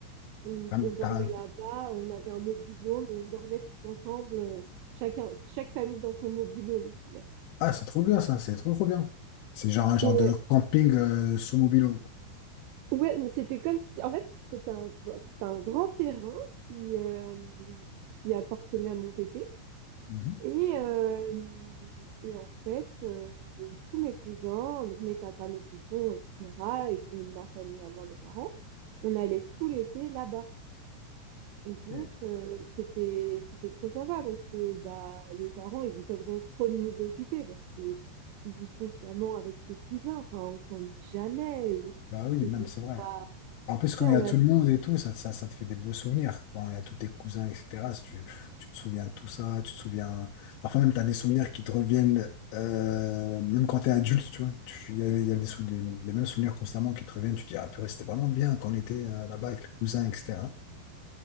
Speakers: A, on the right (about 80°); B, on the left (about 85°).
A: on,
B: Ah,
A: on dormait
B: t'as un-
A: là-bas. On avait un mobil-home et on dormait tous ensemble, euh, chacun, chaque famille dans son mobil-home, tu vois.
B: ah, c'est trop bien ça, c'est trop trop bien. C'est genre un genre
A: Et
B: de camping euh, sous mobile quoi.
A: euh, ouais, mais c'était comme si, en fait, c'était un, gr- c'était un grand terrain qui, euh, qui appartenait à mon pépé.
B: Mhm.
A: Et, euh, et en fait, euh, tous mes cousins, donc mes tatas, mes tontons, etc., et, et ma famille à moi, mes parents, on allait tout l'été là-bas. Et donc,
B: Yeah.
A: euh, c'était, c'était trop sympa parce que bah, les parents, ils n'ont pas besoin de trop de nous occuper parce que tu joues constamment avec tes cousins. Enfin, on s'ennuie jamais. euh,
B: Bah oui,
A: que
B: non
A: ce
B: mais c'est
A: soit,
B: vrai. En plus, quand
A: tu
B: il
A: sais, on
B: y a tout
A: a
B: le monde et tout, ça, ça, ça te fait des beaux souvenirs. Quand il y a tous tes cousins, etc., si tu, tu te souviens de tout ça, tu te souviens... Parfois même, tu as des souvenirs qui te reviennent, euh, même quand tu es adulte, tu vois. tu- Il y a, il y a des sou- les, les mêmes souvenirs constamment qui te reviennent. Tu te dis, ah purée, c'était vraiment bien quand on était euh, là-bas avec les cousins, etc.